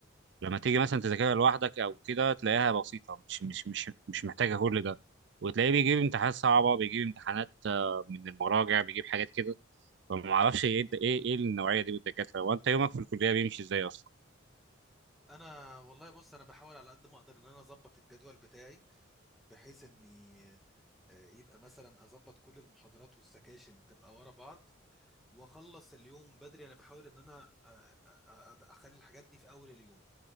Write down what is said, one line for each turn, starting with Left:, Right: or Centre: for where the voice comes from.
Right: لما تيجي مثلا تذاكرها لوحدك او كده تلاقيها بسيطه مش مش مش مش محتاجه كل ده وتلاقيه بيجيب امتحانات صعبه بيجيب امتحانات آه، من المراجع بيجيب حاجات كده فما اعرفش ايه الد- ايه ايه النوعيه دي من الدكاتره وانت يومك في الكليه بيمشي ازاي اصلا
Centre: فانا والله بص انا بحاول على قد ما اقدر ان انا اظبط الجدول بتاعي بحيث اني آه، يبقى مثلا اظبط كل المحاضرات والسكاشن تبقى ورا بعض واخلص اليوم بدري انا بحاول ان انا آه، آه، آه، اخلي الحاجات دي في اول اليوم